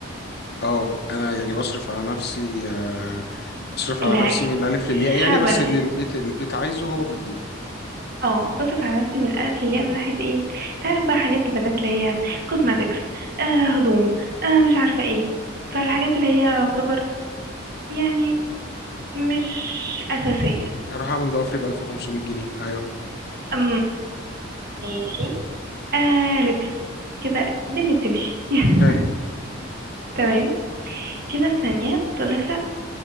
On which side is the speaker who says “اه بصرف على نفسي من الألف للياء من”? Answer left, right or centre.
Right